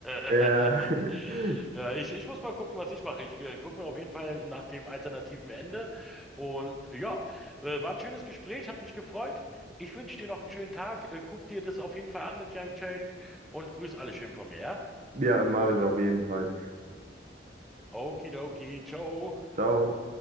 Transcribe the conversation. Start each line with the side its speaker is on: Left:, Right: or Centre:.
Centre: <laughs>
Right: Ja, <laughs>
Centre: Ja, ich, ich muss mal gucken, was ich mache. Ich äh, gucke mir auf jeden Fall nach dem alternativen Ende. Und ja, äh, war ein schönes Gespräch, hat mich gefreut. Ich wünsche dir noch einen schönen Tag. Äh, guck dir das auf jeden Fall an mit Young Sheldon und grüß alle schön von mir, ja?
Right: ja, mache ich auf jeden Fall.
Centre: Okidoki, ciao.
Right: Ciao.